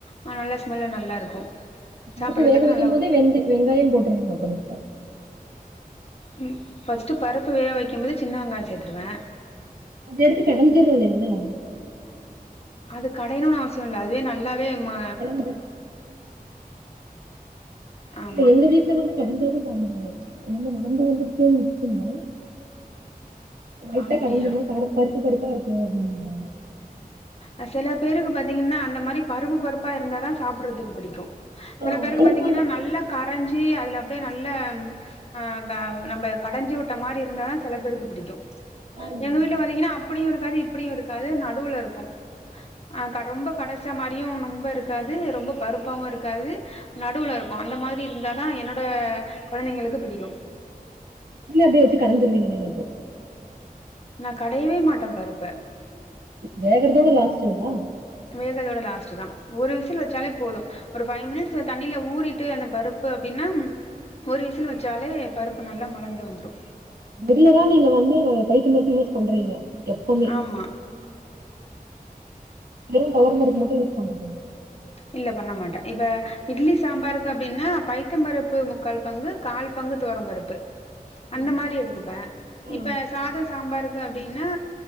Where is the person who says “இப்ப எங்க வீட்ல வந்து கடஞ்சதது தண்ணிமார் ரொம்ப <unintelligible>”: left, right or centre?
Right